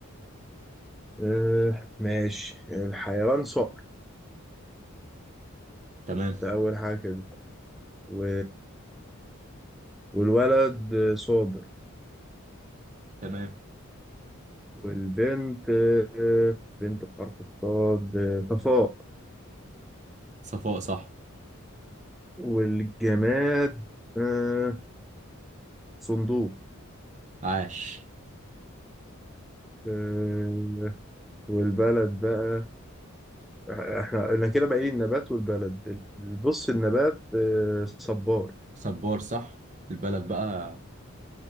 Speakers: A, in the centre; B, on the right.
A: آه ماشي الحيوان صقر
B: تمام
A: ده أول حاجة كده و... والولد صابر
B: تمام
A: والبنت آه، بنت بحرف الصاد آه، صفاء
B: صفاء صح
A: والجماد آه، صندوق
B: عاش
A: آه، والبلد بقى احنا احنا كده باقي النبات والبلد بص النبات آه، صبار
B: صبار صح البلد بقى